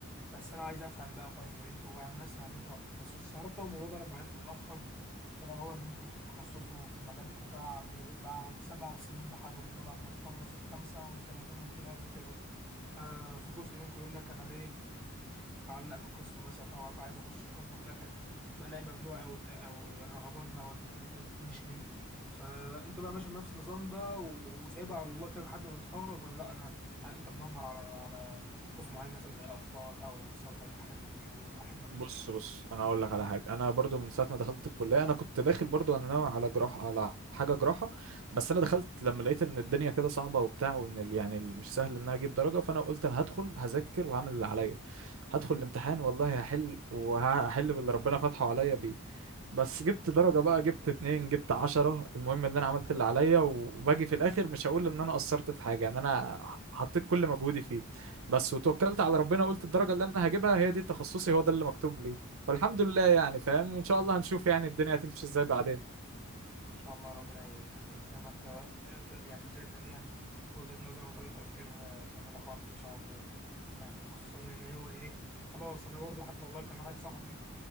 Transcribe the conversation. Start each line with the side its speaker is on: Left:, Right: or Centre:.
Centre: بس انا عايز افهم بقى طيب انتوا يعني انا بسمع ان انتوا هتتخصصوا استغربت اول الموضوع ده لما عرفت متاخر الا هو ان انتوا بتتخصصوا في مجالكم بعد بعد سبع سنين بحالهم اللي هو بعد ما تخلص الخمسه وسنتين امتياز وكده ففي جزء منكم يقول لك انا ليه اعلق بقسم مثلا او ابقى عايز اخش القسم وفي الاخر ما الاقي مجموع او الت- او الرغبات ما ودتنيش ليه فانت بقى ماشي بنفس النظام ده و- وسايبها على الله كده لحد ما تتخرج ولا لا انا انت منمر على على قسم معين مثلا زي اطفال او نساء وتوليد وحاجات من دي وحلمك
Right: بص
Centre: تخشه ان
Right: بص انا اقول لك على حاجه انا برضو من ساعه ما دخلت الكليه انا كنت داخل برضو انا ناوي على جراحه على حاجه جراحه بس انا دخلت لما لقيت ان الدنيا كده صعبه وبتاع وان ال- يعني ال- مش سهل ان انا اجيب درجه فانا قلت انا هدخل هذاكر وهعمل اللي عليا هدخل الامتحان والله هحل وهحل باللي ربنا فاتحه عليا بيه بس جبت درجه بقى جبت اتنين جبت عشرة المهم ان انا عملت اللي عليا وباجي في الاخر مش هقول ان انا قصرت في حاجه يعني انا حطيت كل مجهودي فيه بس وتوكلت على ربنا قلت الدرجة اللي انا هجيبها هي دي تخصصي هو ده اللي مكتوب لي فالحمد لله يعني فاهم وان شاء الله هنشوف يعني الدنيا هتمشي ازاي بعدين
Centre: شاء الله ربنا ي- يعني يكرمك آه، ده- يعني انا شايف إن دي هن- وجهة نظر وطريقة تفكير آه، جميلة خالص ما شاء الله يعني خصوصا ان هو ايه خلاص انا برضو حتى والله كان واحد صاحبي